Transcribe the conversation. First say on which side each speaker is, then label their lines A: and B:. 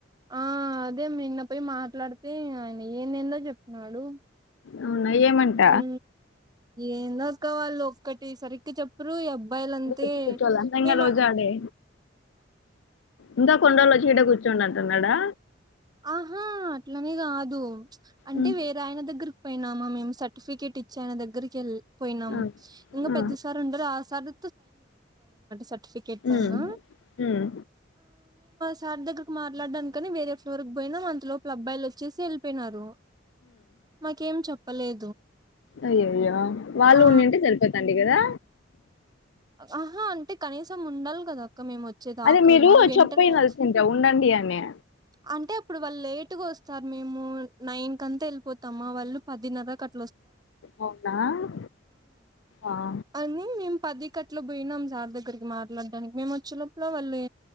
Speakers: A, on the right (about 20°); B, on the left (about 75°).
A: అదే పోయి మాట్లాడితే ఆయన ఏందందో చెప్తున్నాడు
B: అవునా ఏమంట
A: ఉ ఏందక్కావాళ్ళు ఒకటి సరిగ్గా చెప్పురు అ మొబైల్ అంతే
B: వచ్చి కూర్చోవాల అంతంగా
A: మేము
B: రోజు ఆడే ఇంకా కొండల్లో చీడ కూర్చుండి అంటున్నాడా
A: ఆహా అట్లనే కాదు అంటే
B: ఉమ్,
A: వేరే ఆయన దగ్గర పోయినామా మేము సర్టిఫికేట్ ఇచ్చి ఆయన దగ్గరికి వెళ్ళిపోయినాము
B: ఆ
A: ఇంకా
B: ఆ
A: పెద్ద సార్ ఉండరు ఆ సార్ సర్టిఫికెట్ పైన
B: ఉమ్ ఉమ్
A: సార్ దగ్గకి మాట్లాడడాను కాని వేరే ఫ్లోర్కి పోయినా అంతలో పలబ్బాయిలు వచ్చేసి వెళ్ళపోయినారు మాకేం చెప్పలేదు
B: అయ్యో అయ్యో వాళ్ళు
A: ఆ
B: ఉండింటే సరిపోతండి కదా
A: ఆహా అంటే కనీసం ఉండాలి కదా ఇ మేము వచ్చే దాకన్నా
B: అదే మీరు
A: వెంటనే
B: చెప్పినాల్సిందే
A: వచ్చ
B: ఉండండి అని
A: అంటే అప్పుడు వాళ్ళు లేట్గా వస్తారు మేము నైన్ కంతా వెళ్ళిపోతామా వాళ్ళు పదిన్నర క
B: అవునా ఆ
A: అ ఇకట్లు పోయినాం సార్ దగ్గరికి మాట్లాడడానికి మేము వచ్చ లోపల వాళ్ళు